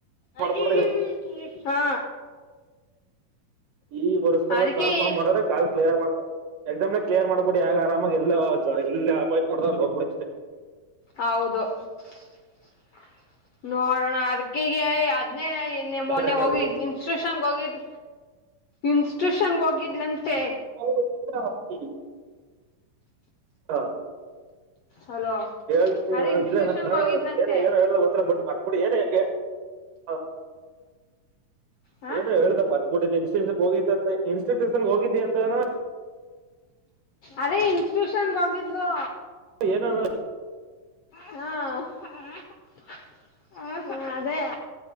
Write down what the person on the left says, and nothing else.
ಅಲಿ
ಅಲಿಲಿ <inaudible> ಹ
ಅದಕ್ಕೆ
ಹೌದು <inaudible> ನೋಡೋಣ ಅದ್ಕೀಗ ಅದ್ನೇ ನಿನ್ ಮೊನ್ನೆ
ಹೋಗಿ
ಇನ್ಸ್ಟಿಟ್ಯೂಷನ್ ಹೋಗಿದ್ ಇನ್ಸ್ಟಿಟ್ಯೂಷನ್ಗೆ ಹೋಗಿದ್ಲಂತೆ.
ಹಲೋ
ಅದೇ ಇನ್ಸ್ಟಿಟ್ಯೂಷನ್ಗೆ
ಹೋಗಿದ್ಲಂತೆ
ಹಾಂ
ಅದೇ ಇನ್ಸ್ಟಿಟ್ಯೂಷನ್ಗೆ ಹೋಗಿದ್ವು.
ಹಾ <inaudible> ಹ ಹ ಅದೇ